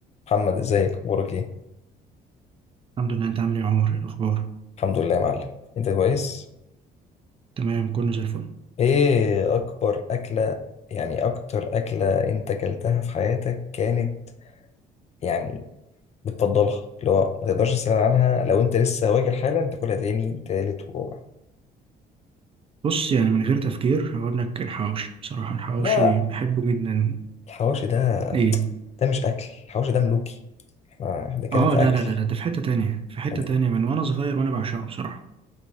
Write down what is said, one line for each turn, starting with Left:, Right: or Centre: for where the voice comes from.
Left: محمد ازيك اخبارك ايه
Right: الحمد لله انت عامل ايه يا عمر ايه الاخبار
Left: الحمد لله يا معلم انت كويس
Right: تمام كله زي الفل
Left: ايه اكبر اكلة يعني اكتر اكلة انت اكلتها في حياتك كانت يعني بتفضلها اللي هو ما تقدرش تستغنى عنها لو انت لسه واكل حالا تاكلها تاني وتالت ورابع
Right: بص يعني من غير تفكير هقول لك الحواوشي بصراحه الحواوشي
Left: لا
Right: بحبه جدا
Left: الحواوشي ده
Right: ايه
Left: ده مش اكل الحواوشي ده ملوكي احنا إحنا بنتكلم
Right: اه
Left: في
Right: لا
Left: اكل
Right: لا لا لا، ده في حته تانية في حته
Left: إحنا-
Right: تانية من وانا صغير وانا بعشقه بصراحه